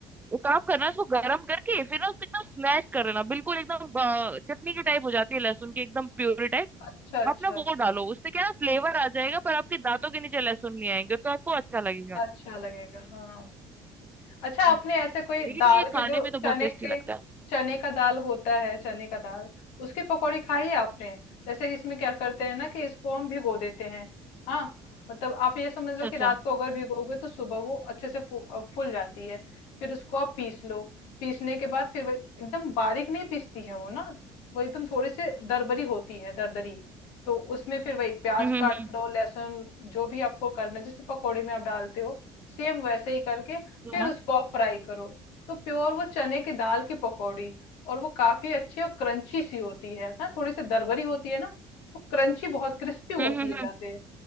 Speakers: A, on the right; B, on the left.
A: एक काम करना इसको गर्म करके फिर ना उसको एकदम स्मैश कर लेना बिल्कुल एकदम अ, चटनी की टाइप हो जाती है लहसुन की एकदम प्यूरी टाइप
B: अच्छा अच्छा
A: आप ना वो
B: हाँ
A: डालो उससे क्या है ना फ्लेवर
B: ठीक है
A: आ जाएगा पर आपके दांतों के नीचे लहसुन नहीं आएंगे तो आपको अच्छा लगेगा
B: अच्छा लगेगा हाँ अच्छा
A: हम्म,
B: आपने ऐसे कोई
A: लेकिन
B: दाल
A: ये खाने
B: के जो
A: में तो बहुत
B: चने
A: टेस्टी
B: के
A: लगता है
B: चने का दाल होता है चने का दाल उसकी पकौड़ी खाई है आपने जैसे इसमें क्या करते हैं ना कि इसको हम भिगो देते हैं हाँ मतलब आप ये समझ
A: अच्छा
B: लो कि
A: अच्छा
B: रात को अगर भिगोगे तो सुबह वो अच्छे से फू, अ, फूल जाती है फिर उसको आप पीस लो पीसने के बाद फिर वो एकदम बारीक नहीं पीसती है वो ना वो एकदम थोड़ी सी दरबरी होती है दरदरी तो उसमें फिर वही प्याज
A: हम्म हम्म
B: काट
A: हम्म।
B: लो लहसुन जो भी आपको करना है, जैसे पकौड़े में आप डालते हो सेम वैसे ही करके
A: हाँ
B: फिर उसको आप फ्राई करो तो प्योर वो चने की दाल की पकौड़ी और वो काफी अच्छी और क्रंची सी होती है ना थोड़ी सी दरबरी होती है ना तो क्रंची बहुत क्रिस्पी होती
A: हम्म हम्म,
B: है
A: हम्म,
B: जाते हैं,